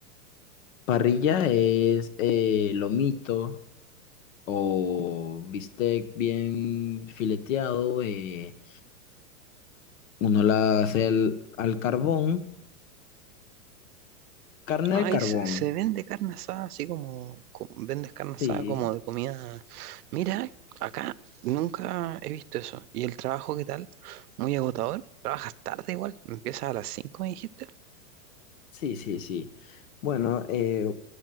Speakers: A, on the left (about 60°); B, on the right (about 80°).
A: Parrilla es eh, lomito o bistec bien fileteado. eh, uno la hace al, al carbón, carne
B: Ay,
A: al carbón.
B: se, se vende carne asada, así como, como- vendes carne asada
A: Sí,
B: como de comida. Mira, acá nunca he visto eso. ¿Y el trabajo qué tal? Muy agotador. ¿Trabajas tarde igual? ¿Empiezas a las 5, me dijiste?
A: Sí, sí, sí. Bueno, eh,